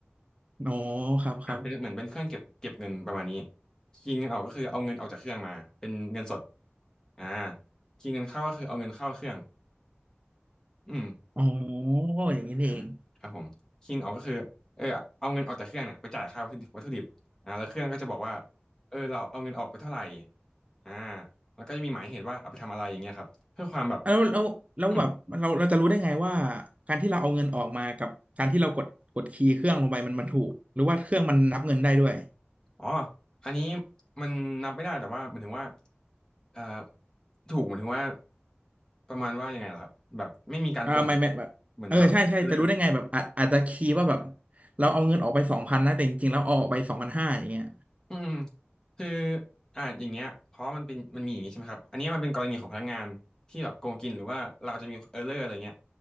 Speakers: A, on the right; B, on the left.
A: อ๋อครับครับ
B: อ่าเป็นเหมือนเป็นเครื่องเก็บเก็บเงินประมาณนี้คีย์เงินออกก็คือเอาเงินออกจากเครื่องมา เป็นเงินสดอ่าคีย์เงินเข้าก็คือเอาเงินเข้าเครื่องอืม
A: อ๋ออย่างนี้นี่เอง
B: อ่าครับผมคิงออกก็คือเออเอาเงินออกจากเครื่องเนี่ยไปจ่ายค่าวัตถุดิบอ่าแล้วเครื่องก็จะบอกว่าเออเราเอาเงินออกไปเท่าไหร่อ่าแล้วก็จะมีหมายเหตุว่าเอาไปทำอะไรอย่างเงี้ยครับเพื่อความแบบ
A: อ่ะแล้วแล้วแล้วแบบเราเราจะรู้ได้ไงว่า
B: อืม
A: การที่เราเอาเงินออกมากับการที่เรากดกดคีย์เครื่องลงไปมันมันถูกหรือว่าเครื่องมันนับเงินได้ด้วย
B: อ๋ออันนี้มันนับไม่ได้แต่ว่าหมายถึงว่าเอ่อถูกหมายถึงว่าประมาณว่ายังไงล่ะครับแบบไม่มีการโกง
A: อ่าไม่ไม่แบบเออใช่ใช่จะรู้ได้ไงแบบอาจอาจจะคีย์ว่าแบบ
B: เหมือนแบบเบลอ
A: เราเอาเงินออกไปสองพันนะแต่จริงๆแล้วเอาออกไปสองพันห้าอย่างเงี้ย
B: อืมคืออ่าอย่างเงี้ยเพราะมันเป็นมันมีอย่างงี้ใช่ไหมครับอันเนี้ยมันเป็นกรณีของพนักงานที่แบบโกงกินหรือว่าเราอาจจะมีเออร์เลอร์อะไรเงี้ย